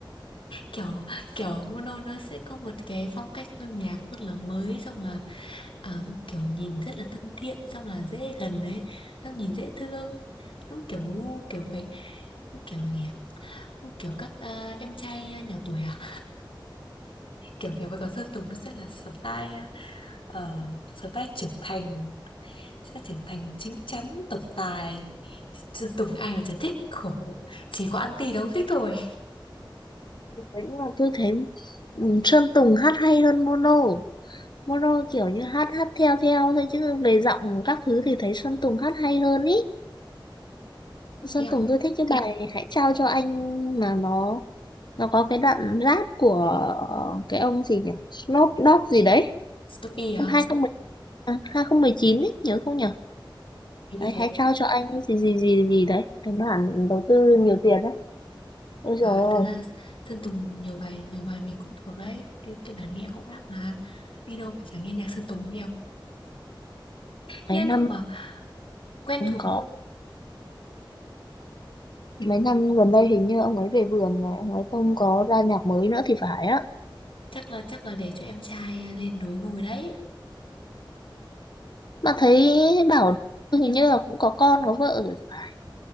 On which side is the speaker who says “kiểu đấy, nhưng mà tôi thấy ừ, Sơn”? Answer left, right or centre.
Left